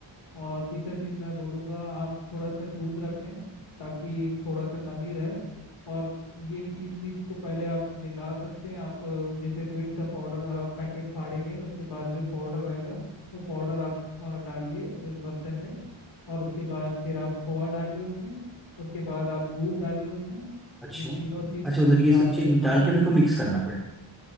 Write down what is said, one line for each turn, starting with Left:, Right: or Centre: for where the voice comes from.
Left: और तीसरा चीज मैं बोलूँगा आप थोड़ा सा दूध रख लें ताकि थोड़ा सा नमी रहे और ये तीन चीज को पहले आप मिला सकते हैं आप अ, जैसे गिट्स का पाउडर आप पैकेट फाड़ेंगे उसके बाद जो पाउडर रहेगा वो पाउडर आप अ, डालिए अ, बर्तन में और उसके बाद फिर आप खोआ डालिए उसमें उसके बाद आप दूध डालिए उसमें
Centre: अच्छा
Left: ये तीनों चीज
Centre: अच्छा
Left: को
Centre: मतलब ये
Left: डालने
Centre: सब चीज
Left: के
Centre: डाल
Left: बाद
Centre: के मेरे को मिक्स करना पड़े